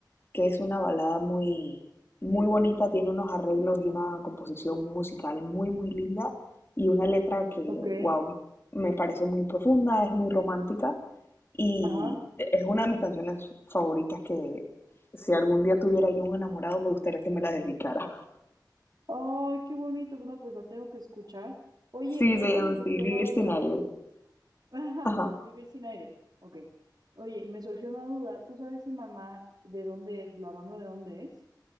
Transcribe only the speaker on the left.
que es una balada muy, muy bonita, tiene unos arreglos y una composición musical muy, muy linda y una letra que,
wow, me parece muy profunda, es muy romántica y
es una de mis canciones favoritas que si algún día tuviera yo un enamorado me gustaría que me la dedicara. <laughs>
Sí,
se
llama
así,
Vivir
sin aire.
Ajá.